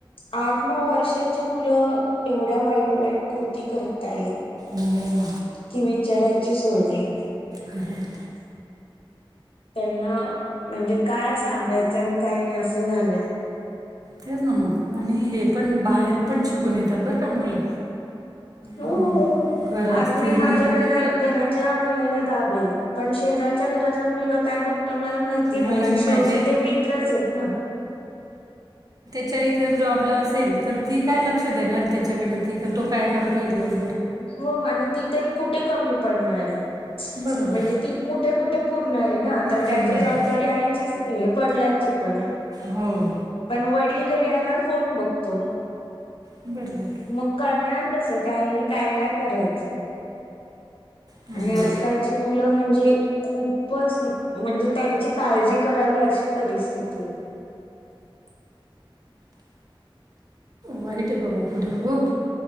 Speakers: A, on the left; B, on the right.
A: आठ, नऊ वर्षाचे मुलं एवढ्या वाईट वाईट कृती कर तायेत. <inaudible>
B: हो
A: काही विचारायची सोय नाही.
B: खरं आहे.
A: <inaudible> त्यांना म्हणजे काय सांगायचं आणि काही नाही असं झालंय.
B: तेच ना मग आणि हे पण बाहेर पण शिकून येतात बरं का मुलं.
A: हो
B: हम्म,
A: हो,
B: घरात
A: आज
B: ते
A: मी माझ्या
B: नाही आहे
A: घरा घरातल्या मुलाला दाबेल, पण शेजा च्या घरातला मुलगा काय बघतो मला माहिती
B: मला
A: नाही आन
B: माहिती
A: शेवटी
B: आहे
A: ते मित्रच आहेत ना.
B: ची आय जर जॉबला असेल, तर ती काय लक्ष देणार त्याच्याकडे ती तो काय करतोय दिवस
A: हो आणि ती तरी कुठे कमी पडणार आहे,
B: बरोबर
A: म्हणजे ती कुठे कुठे पुरणार आहे ना, तर
B: पूर्ण
A: त्याची
B: आहे.
A: जबाबदारी आईचीच नाहीये वडलांची पण आहे.
B: होय.
A: पण वडील घरी आल्यावर फोन बघतो,
B: बरोबर आहे.
A: मग कळणार कसं, त्या आईनी काय काय करायचंय?
B: हम्म.
A: आणि आजकालची मुलं म्हणजे खूपच म्हणजे त्यांची काळजी करावी अशी परिस्थिती आहे.
B: वाईट आहे बाबा पुढे खूप.